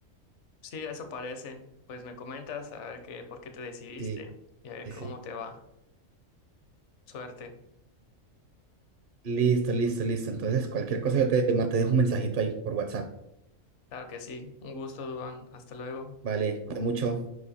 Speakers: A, on the left; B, on the right.
A: Sí, eso parece. Pues me comentas a ver qué, por qué te decidiste
B: Sí,
A: y a ver
B: sí.
A: cómo
B: sí.
A: te va. Suerte.
B: Listo, listo, listo. Entonces, cualquier cosa yo te, te dejo un mensajito ahí por WhatsApp.
A: Claro que sí. Un gusto, Duván. Hasta luego.
B: Vale, cuídate mucho.